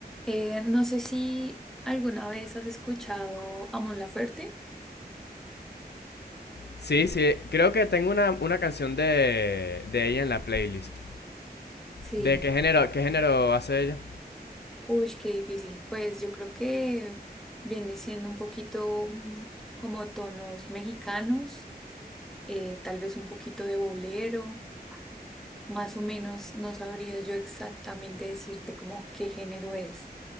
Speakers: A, in the centre; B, on the left.
A: Eh, no sé si alguna vez has escuchado a Mon Laferte.
B: Sí, sí, creo que tengo una, una canción de, de ella en la playlist.
A: Sí,
B: ¿De qué género, qué género hace ella?
A: uy, qué difícil. Pues yo creo que viene siendo un poquito mm, como tonos mexicanos, eh, tal vez un poquito de bolero, más o menos no sabría yo exactamente decirte como qué género es.